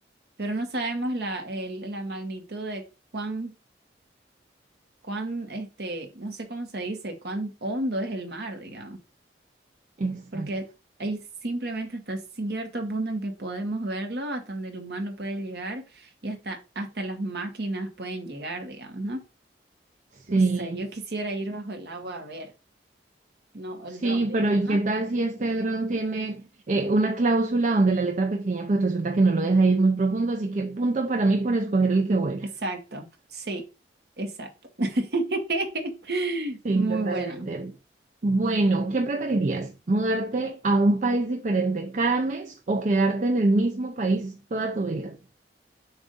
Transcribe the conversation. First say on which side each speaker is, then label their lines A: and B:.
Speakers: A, on the right; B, on the right.
A: pero no sabemos la, el- la magnitud de cuán, cuán, este, no sé cómo se dice, cuán hondo es el mar, digamos,
B: exacto.
A: porque hay simplemente hasta cierto punto en que podemos verlo, hasta donde el humano puede llegar y hasta, hasta las máquinas pueden llegar, digamos, ¿no?
B: Sí,
A: No sé, yo quisiera ir bajo el agua a ver, no,
B: sí,
A: el dron, digamos,
B: pero ¿y
A: ¿no?
B: qué tal si este dron tiene eh, una cláusula donde la letra pequeña pues resulta que no lo deja ir muy profundo? Así que punto para mí por escoger el que vuela.
A: Exacto, sí, exacto. <laughs>
B: Sí,
A: Muy
B: totalmente.
A: bueno.
B: Bueno, ¿qué preferirías? ¿Mudarte a un país diferente cada mes o quedarte en el mismo país toda tu vida?